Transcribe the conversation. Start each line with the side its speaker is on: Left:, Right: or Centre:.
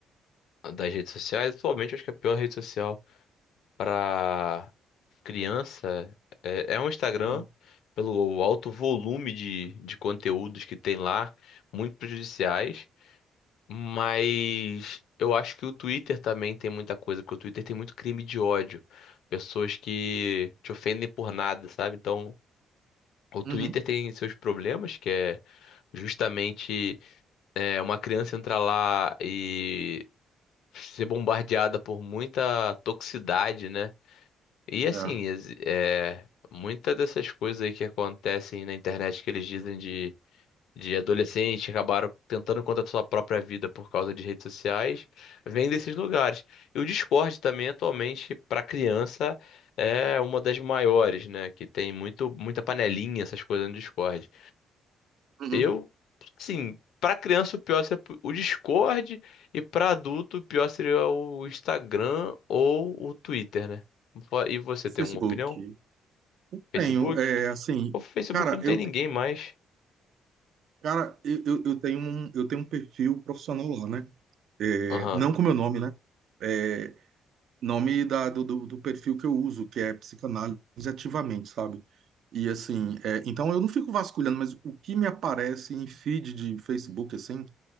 Left: Das redes sociais, atualmente eu acho que é a pior rede social. para criança, é, é um Instagram
Right: Uhum,
Left: pelo alto volume de, de conteúdos que tem lá, muito prejudiciais, mas eu acho que o Twitter também tem muita coisa, porque o Twitter tem muito crime de ódio, pessoas que te ofendem por nada, sabe? Então, o Twitter
Right: uhum,
Left: tem seus problemas, que é justamente é, uma criança entrar lá e ser bombardeada por muita toxicidade, né? E assim,
Right: é,
Left: ex- é, muitas dessas coisas aí que acontecem na internet que eles dizem de, de adolescente que acabaram tentando contra a sua própria vida por causa de redes sociais, vem desses lugares. E o Discord também, atualmente, para criança, é uma das maiores, né? Que tem muito, muita panelinha, essas coisas no Discord.
Right: uhum.
Left: Eu, assim, para criança o pior seria o Discord e para adulto o pior seria o Instagram ou o Twitter, né? E você
Right: O Facebook.
Left: tem uma opinião?
Right: Eu
Left: Facebook?
Right: tenho, é, assim,
Left: O Facebook
Right: cara,
Left: não tem
Right: eu,
Left: ninguém mais.
Right: cara, eu, eu eu tenho um, eu tenho um perfil profissional lá, né? É,
Left: Aham.
Right: não com meu nome, né? É, nome da, do, do do perfil que eu uso, que é psicanálise ativamente, sabe? E assim, é, então eu não fico vasculhando, mas o que me aparece em feed de Facebook, assim,